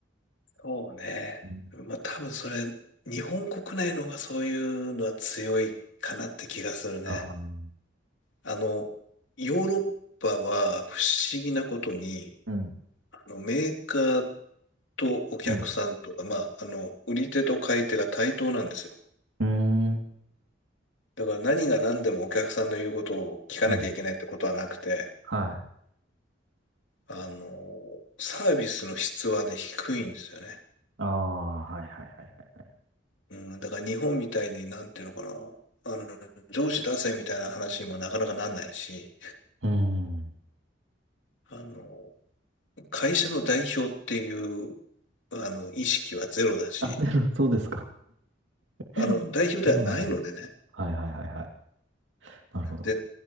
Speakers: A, on the left (about 75°); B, on the right (about 75°).
A: そうね。
B: うん
A: まあ多分それ、日本国内の方がそういうのは強いかなって気がするね。
B: ああ、うん。
A: あの、ヨーロッパは不思議なことに、
B: うん、
A: あのメーカーとお客さんとか、
B: うん、
A: まあ、あの、売り手と買い手が対等なんですよ。
B: うん、
A: だから何が何でもお客さんの言うことを聞かなきゃいけないってことはなくて、
B: うん、はい。
A: あの、サービスの質はね、低いんですよね。
B: ああ、はいはいはいはいはい。
A: うん、だから日本みたいに、なんていうのかな、あの、上司出せみたいな話にもなかなかなんないし、
B: うん。
A: あの、会社の代表っていう、あの、意識はゼロだし、
B: あ、なるほどそうですか。
A: あの、
B: うんそうなんだ。
A: 代表ではないのでね、
B: はいはいはいはい。なるほど。
A: で、